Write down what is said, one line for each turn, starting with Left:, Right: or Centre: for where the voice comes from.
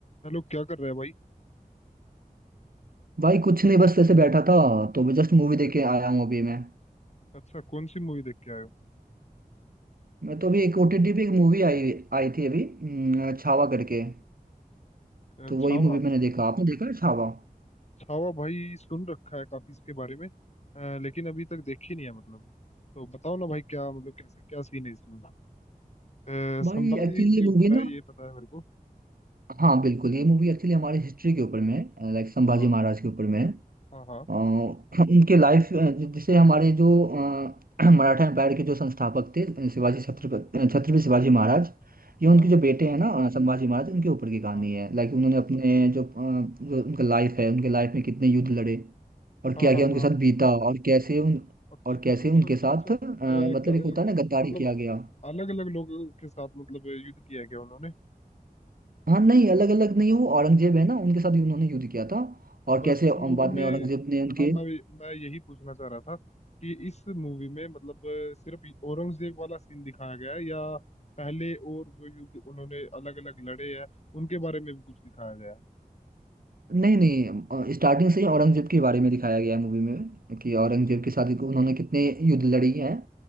Left: हेलो क्या कर रहे हैं भाई
Right: भाई कुछ नहीं बस ऐसे बैठा था तो मैं जस्ट मूवी देख के आया हूँ अभी मैं
Left: अच्छा कौन सी मूवी देख के आए हो
Right: मैं तो अभी एक ओटीटी पे एक मूवी आई आई थी अभी हम्म, छावा करके
Left: अ,
Right: तो
Left: छावा
Right: वही मूवी मैंने देखा आपने देखा है छावा
Left: छावा भाई सुन रखा है काफी इसके बारे में अ, लेकिन अभी तक देखी नहीं है मतलब तो बताओ ना भाई क्या मतलब कैसे क्या सीन है इसमें अ,
Right: भाई
Left: संभाजी
Right: एक्चुअली
Left: के
Right: ये
Left: ऊपर
Right: मूवी
Left: है
Right: ना
Left: ये पता है मेरे को
Right: हाँ बिल्कुल ये मूवी एक्चुअली हमारी हिस्ट्री के ऊपर में लाइक संभाजी
Left: हाँ
Right: महाराज के ऊपर में है अ,
Left: हाँ हाँ
Right: हम उनके लाइफ जैसे हमारे जो अ, <clears throat> मराठा एम्पायर के जो संस्थापक थे अ, शिवाजी छत्रपति
Left: हम्म,
Right: छत्रपति शिवाजी महाराज ये उनके
Left: हाँ
Right: जो बेटे हैं ना अ, संभाजी महाराज उनके ऊपर की कहानी
Left: हाँ
Right: है लाइक उन्होंने अपने
Left: अच्छा
Right: जो अ, जो उनका लाइफ है उनके लाइफ में कितने युद्ध लड़े और
Left: हाँ
Right: क्या
Left: हाँ
Right: क्या उनके
Left: हाँ
Right: साथ बीता और कैसे उन
Left: अच्छा
Right: और कैसे
Left: अच्छा
Right: उनके
Left: अच्छा
Right: साथ
Left: अच्छा अ,
Right: अ, मतलब
Left: क-
Right: एक होता है
Left: कित-
Right: ना गद्दारी
Left: मतलब
Right: किया गया
Left: अलग अलग लोगों के साथ मतलब युद्ध किया है क्या उन्होंने
Right: हाँ नहीं अलग अलग नहीं वो औरंगजेब है ना उनके साथ भी उन्होंने युद्ध किया था और
Left: बस
Right: कैसे
Left: इस
Right: अ, बाद
Left: मूवी में
Right: में औरंगजेब ने उनके
Left: हाँ मैं मैं यही पूछना चाह रहा था कि इस मूवी में मतलब अ, सिर्फ औरंगजेब वाला सीन दिखाया गया है या पहले और जो युद्ध उन्होंने अलग अलग लड़े हैं उनके बारे में भी कुछ दिखाया गया है
Right: नहीं नहीं स्टार्टिंग से ही औरंगजेब के बारे में दिखाया गया है मूवी में कि औरंगजेब
Left: ठीक
Right: के साथ उन्होंने कितने युद्ध लड़ी हैं